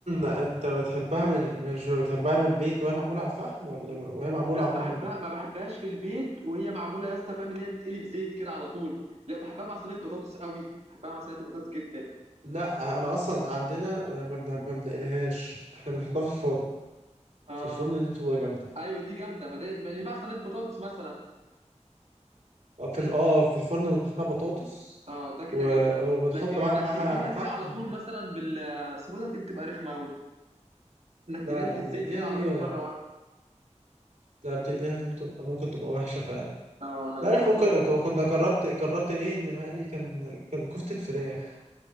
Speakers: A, on the right; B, on the right.
A: انت بتحبها من مش بتحبها من البيت وهي معموله على الفحم ولا وهي معموله
B: لا
A: عموما
B: بحبها ما بحبهاش في البيت وهي معموله يا اسطى فاهم اللي هي تتقلي في زيت كده على طول لا بحبها مع صينيه بطاطس قوي بحبها مع صينيه البطاطس جدا
A: لا انا اصلا عندنا ما بن- ما بنقليهاش احنا بنحطها في الفرن
B: اه
A: في الفرن دي بتبقى جامده
B: ايوه دي جامده ما ده- اللي مع صينيه بطاطس مثلا
A: اه في ال- اه في الفرن وتحتها بطاطس
B: اه ده كده
A: و-
B: جامده
A: وبنحط
B: لكن
A: بقى
B: انك
A: معاها
B: تقليها
A: فحم
B: كده على طول مثلا بال آه، اسمه ده دي بتبقى رخمه قوي انك
A: لا
B: تقليها
A: لا
B: في
A: بنقليها
B: الزيت كده
A: دي
B: على طول مره واحده
A: لا بتقليها دي بتبقى ممكن تبقى وحشة فعلا
B: اه انا
A: أنت عارف
B: جربتها
A: ممكن
B: وكان-
A: ك- كنت جربت جربت ايه اللي مقلي كان كان كفتة فراخ